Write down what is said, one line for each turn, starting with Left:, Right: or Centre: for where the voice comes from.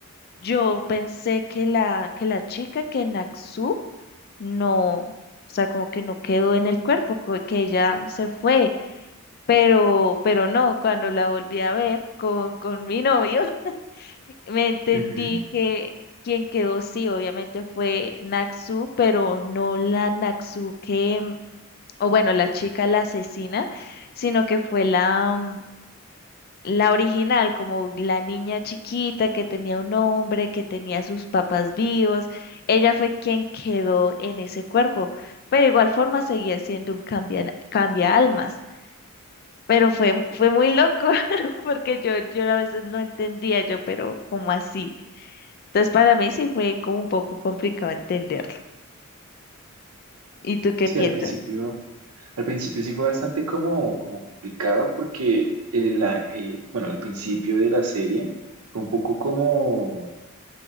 Left: yo pensé que la, que la chica, que Naxu, no, o sea, como que no quedó en el cuerpo, co- que ella se fue. Pero, pero no, cuando la volví a ver con, con mi novio, <laughs> me entendí
Right: Ujú.
Left: que quien quedó sí, obviamente fue Naxu, pero no la Naxu que, o bueno, la chica la asesina, sino que fue la, mm, la original, como la niña chiquita que tenía un hombre, que tenía a sus papás vivos. Ella fue quien quedó en ese cuerpo, pero igual forma seguía siendo un cambia, cambia almas. Pero fue, fue muy loco, <laughs> porque yo, yo a veces no entendía yo, pero ¿cómo así? Entonces para mí sí fue como un poco complicado entenderlo. ¿Y tú qué
Right: Sí,
Left: piensas?
Right: al principio Al principio sí fue bastante como, como complicado porque el, la- eh, bueno, al principio de la serie fue un poco como